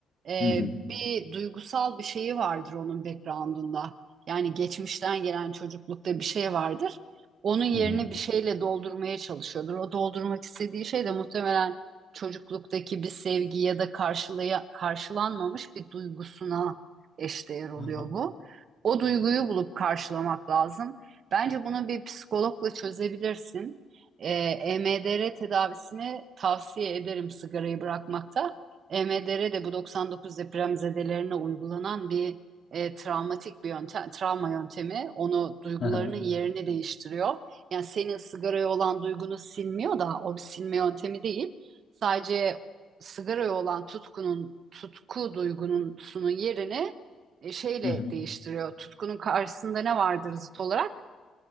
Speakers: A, on the right; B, on the left.
A: Ee,
B: Hı hı.
A: bir duygusal bir şeyi vardır onun background'unda. Yani geçmişten gelen çocuklukta bir şey vardır onun yerine
B: Hı hı.
A: bir şeyle doldurmaya çalışıyordur. O doldurmak istediği şey de muhtemelen çocukluktaki bir sevgi ya da karşılaya, karşılanmamış bir duygusuna eşdeğer oluyor
B: Aha,
A: bu. O duyguyu bulup karşılamak lazım. Bence bunu bir psikologla çözebilirsin. Ee, EMDR tedavisini tavsiye ederim sigarayı bırakmakta. EMDR de bu 99 depremzedelerine uygulanan bir e, travmatik bir yöntem, travma yöntemi onu duygularının
B: Aha.
A: yerini değiştiriyor. Yani senin sigaraya olan duygunu silmiyor da o bir silme yöntemi değil. Sadece sigaraya olan tutkunun, tutku duygusunun yerini e, şeyle
B: Hı hı. hı.
A: değiştiriyor. Tutkunun karşısında ne vardır zıt olarak?